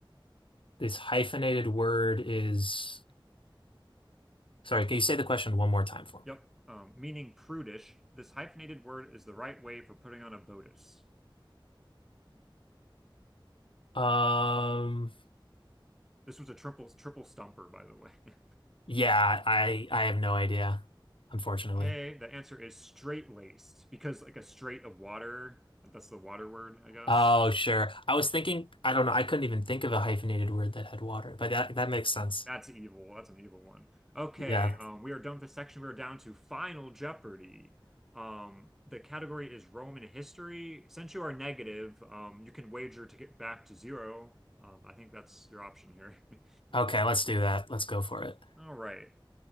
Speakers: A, on the left; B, in the centre.
A: this hyphenated word is sorry, can you say the question one more time for
B: Yep.
A: me?
B: Um, meaning prudish, this hyphenated word is the right way for putting on a bodice.
A: Um,
B: This was a triple triple stumper, by the way. <laughs>
A: yeah, I I have no idea, unfortunately.
B: Okay, the answer is straight-laced because like a straight of water, that's the water word, I guess.
A: Oh, sure. I was thinking, I don't know, I couldn't even think of a hyphenated word that had water, but that that makes sense.
B: That's evil. That's an evil one. Okay,
A: Yeah.
B: um, we are done with this section. We are down to Final Jeopardy. Um, the category is Roman history. Since you are negative, um, you can wager to get back to zero. Um, I think that's your option here. <laughs>
A: Okay, let's do that. Let's go for it.
B: All right.